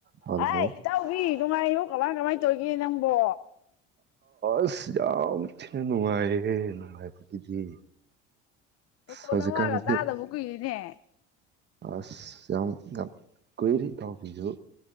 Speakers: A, on the right (about 35°); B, on the left (about 55°).
A: ꯍꯜꯂꯣ
B: ꯍꯥꯏ ꯏꯇꯥꯑꯣꯕꯤ ꯅꯨꯡꯉꯥꯏꯕꯣ ꯀꯃꯥꯏ ꯀꯃꯥꯏꯅ ꯇꯧꯔꯤꯒꯦ ꯅꯪꯕꯣ
A: ꯑꯁ ꯌꯥꯝ ꯊꯤꯅ ꯅꯨꯡꯉꯥꯏꯔꯦꯍꯦ ꯅꯨꯡꯉꯥꯏꯕꯒꯤꯗꯤ
B: ꯇꯣꯀꯣ
A: ꯑꯁ ꯍꯧꯖꯤꯛꯀꯥꯟꯁꯦ
B: ꯅꯪ ꯂꯥꯜꯂ ꯆꯥꯗꯕ ꯀꯨꯏꯔꯦꯅꯦ
A: ꯑꯁ ꯌꯥꯝ ꯌꯥꯝ ꯀꯨꯏꯔꯦ ꯏꯇꯥꯕꯤꯁꯨ